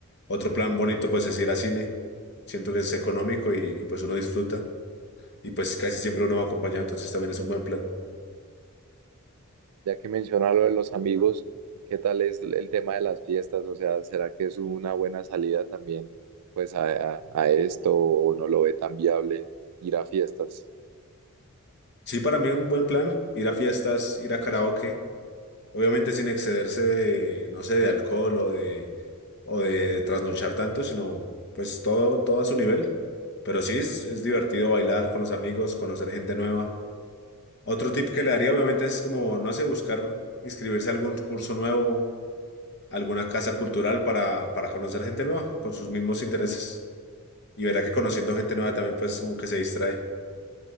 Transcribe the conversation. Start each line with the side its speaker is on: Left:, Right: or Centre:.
Left: Otro plan bonito, pues es ir a cine. Siento que es económico y, y, pues uno disfruta. Y pues casi siempre uno va acompañado, entonces también es un buen plan.
Right: ya que menciona lo de los amigos, ¿qué tal es el el tema de las fiestas? O sea, ¿será que es una buena salida también pues a, a- a esto o no lo ve tan viable ir a fiestas?
Left: Sí, para mí un buen plan, ir a fiestas, ir a karaoke. Obviamente sin excederse de, no sé, de alcohol o de, o de trasnochar tanto, sino pues todo, todo a su nivel. Pero sí es, es divertido bailar con los amigos, conocer gente nueva. Otro tip que le daría obviamente es como, no sé, buscar inscribirse a algún curso nuevo, alguna casa cultural para, para conocer gente nueva con sus mismos intereses. Y verá que conociendo gente nueva también pues como que se distrae.